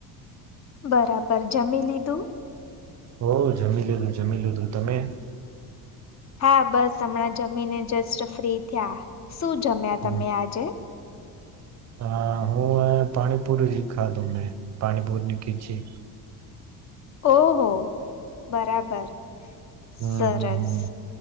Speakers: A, on the left (about 35°); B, on the right (about 40°).
A: બરાબર જમી લીધું
B: હો જમી લીધું જમી લીધું તમે
A: હા બસ હમણાં જમીને જસ્ટ ફ્રી થયા શું જમ્યા
B: હમ.
A: તમે આજે
B: હા હું પાણીપુરી જી ખાધું મેને પાણીપુરી ની ખીચી
A: ઓહ બરાબર
B: હમ
A: સરસ
B: હમ હમ